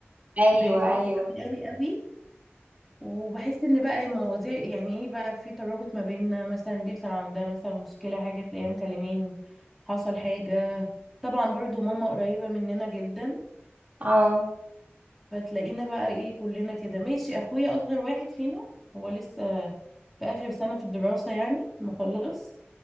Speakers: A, on the right; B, in the centre.
A: ايوه
B: بحبهم
A: ايوه
B: قوي قوي قوي وبحس ان بقى المواضيع يعني ايه بقى في ترابط ما بيننا مثلا بيحصل عندها مثلا مشكلة حاجة تلاقيها مكلماني حصل حاجة طبعا برضو ماما قريبة مننا جدا
A: اه
B: فتلاقينا بقى ايه كلنا كده ماشي اخويا اصغر واحد فينا هو لسه في اخر سنة في الدراسة يعني مخلص